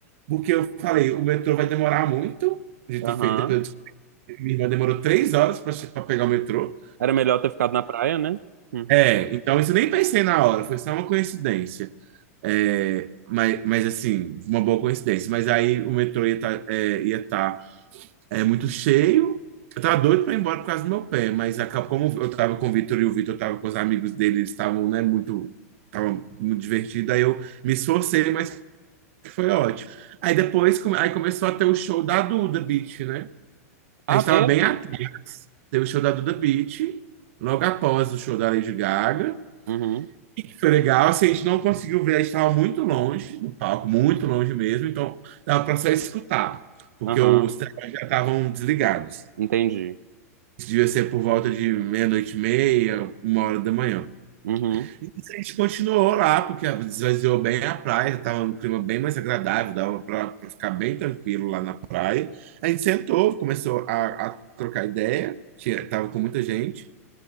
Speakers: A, on the right; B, on the right.
A: porque eu falei, o metrô vai demorar muito, a gente
B: aham.
A: fez depois minha irmã demorou três horas para pegar o metrô.
B: Era melhor ter ficado na praia, né? Hum.
A: É, então isso eu nem pensei na hora, foi só uma coincidência. É, mas, mas assim, uma boa coincidência. Mas aí o metrô ia estar é, ia tá, é, muito cheio. Eu tava doido para ir embora por causa do meu pé, mas acabou, como eu tava com o Vitor e o Vitor tava com os amigos dele, eles estavam, né, muito, tava muito divertido. Aí eu me esforcei, mas foi ótimo. Aí depois, come- aí começou a ter o show da Duda Beat, né? A
B: Ah,
A: gente
B: teve?
A: tava bem à teve o show da Duda Beat, logo após o show da Lady Gaga.
B: Uhum,
A: E Foi legal, assim, a gente não conseguiu ver, a gente estava muito longe do palco, muito longe mesmo, então dava para só escutar, porque
B: aham.
A: os telões já estavam desligados.
B: Entendi.
A: Isso devia ser por volta de meia-noite e meia, uma hora da manhã.
B: Uhum.
A: E a gente continuou lá, porque esvaziou bem a praia, estava um clima bem mais agradável, dava para ficar bem tranquilo lá na praia. A gente sentou, começou a, a trocar ideia, tinha, tava com muita gente.